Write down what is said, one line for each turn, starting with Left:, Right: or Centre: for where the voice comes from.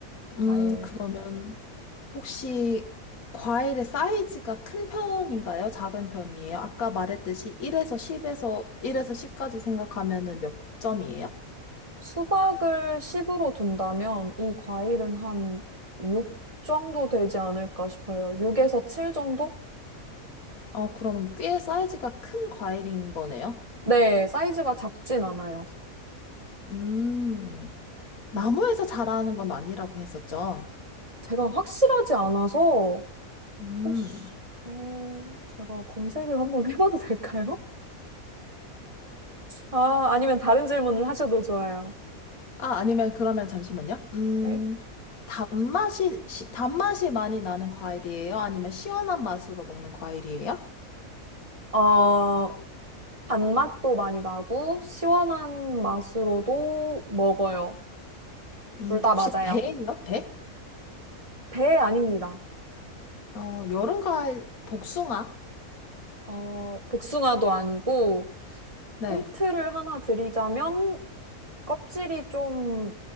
Left: 음,
Right: 과일.
Left: 그러면 혹시 과일의 사이즈가 큰 편인가요? 작은 편이에요? 아까 말했듯이 1에서 10에서, 일에서 십까지 생각하면은 몇 점이에요?
Right: 수박을 10으로 둔다면 이 과일은 한 6 정도 되지 않을까 싶어요. 6에서 7 정도?
Left: 어, 그럼 꽤 사이즈가 큰 과일인 거네요?
Right: 네, 사이즈가 작진 않아요.
Left: 음, 나무에서
Right: 음,
Left: 자라는 건 아니라고 했었죠?
Right: 제가 확실하지 않아서
Left: 음,
Right: 혹시 어, 제가 검색을 한번 <laughs> 해봐도 될까요? 아, 아니면 다른 질문을 하셔도 좋아요.
Left: 아, 아니면 그러면 잠시만요. 음,
Right: 네.
Left: 단맛이, 시- 단맛이 많이 나는 과일이에요? 아니면 시원한 맛으로 먹는 과일이에요?
Right: 어, 단맛도 많이 나고 시원한 맛으로도 먹어요.
Left: 음,
Right: 둘 다
Left: 혹시
Right: 맞아요.
Left: 배예요? 배?
Right: 배 아닙니다.
Left: 어, 여름 과일, 복숭아?
Right: 어, 복숭아도 아니고
Left: 네.
Right: 힌트를 하나 드리자면 껍질이 좀